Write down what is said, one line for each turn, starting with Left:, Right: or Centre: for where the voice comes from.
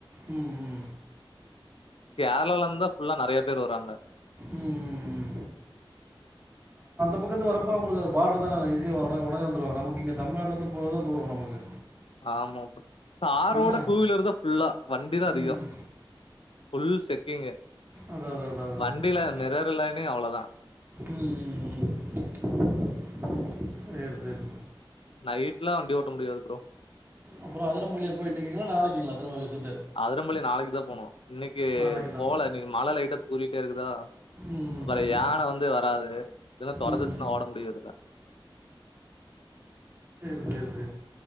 Right: உ உ உ
Left: கேர்ளாலந் தா ஃபுல்லா நெறைய பேர் வராங்க
Right: ம் ம், அந்தப்பக்கருந்து வரப்ப அவளுக்கு அது பார்டர் தான ஈஸியா வாட உடனே வந்துருவாங்க நமக்கு இங்க தமிழ்நாட்டுல இருந்து போறதா தூரோ நமக்கு
Left: ஆமாப்போ காரோட
Right: அங்கே
Left: டூவீலர் தா ஃபுல்லா வண்டி தா அதிகோ
Right: ம்
Left: ஃபுல் செக்கிங்கு
Right: அதா தா தா தா
Left: வண்டில
Right: தா தா
Left: மிரர் இல்லைனே அவ்ளோதான்.
Right: உ உ உ உ சேரி சேரி
Left: நைட்லா வண்டி ஓட்ட முடியாது ப்ரோ
Right: அப்றோ அதுரம்புள்ளி போய் இன்னிக்கீங்ளா நாளைக்குங்ளா திரும்ப விசிட்
Left: அதுரம்பல்லி நாளைக்கு தா போனு இன்னக்கு
Right: நாளைக்கு தான்
Left: போல இன்னக்கி மழ லைட்டா தூறிட்டே இருக்குதா
Right: ம்
Left: அப்பறோ யான வந்து வராது எதுனா தொறத்துச்சுனா
Right: ம், ம்
Left: ஓட முடியாதுல
Right: சேரி சேரி